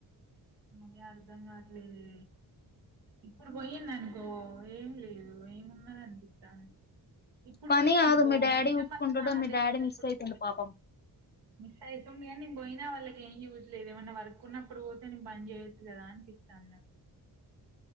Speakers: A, on the right; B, on the left.
A: అదే అర్ధం కాట్లేదే ఇప్పుడు పోయిన్ననుకో ఏం లేదు ఏమున్నదనిపితంది ఇప్పుడు
B: పని
A: పోయిన్ననుకో
B: కాదు మీ డాడీ
A: మంచిగ
B: చూసుకుంటడు
A: మళ్ళా నాటెసేటప్పుడు
B: మీ డాడీ మిస్ అయితుండు
A: పోవచ్చు
B: పాపం
A: మిస్ అవుతుంది కాని నీను పోయినా వాళ్ళకి ఏం యూస్ లేదు ఏమన్నా వక్కున్నప్పుడు పో తే నిను పని చేయొచ్చు కదా అనిపితాంది నాకు